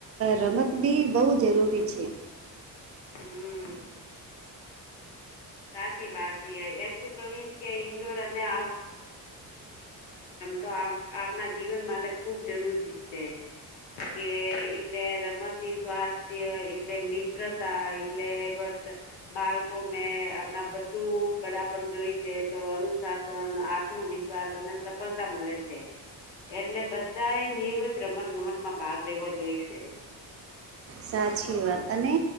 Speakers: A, on the right; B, on the left.
A: રમત બી બહુ જરૂરી છે.
B: હમ સાચી વાત છે એટલું કવી કે ઈન્ડોર અને તો આપના જીવન માટે ખુબ જરૂરી જ છે. કે એટલે રમતની સ્વાસ્થ્ય એટલે મિત્રતા એટલે બ બાળકો મે ના બધું વડા પણ જોઈશે તો અનુશાસન આત્મવિશ્વાસ છે એટલે બધા એ નિયમિત રમત ગમતમાં ભાગ લેવો જોઈશે
A: સાચી વાત અને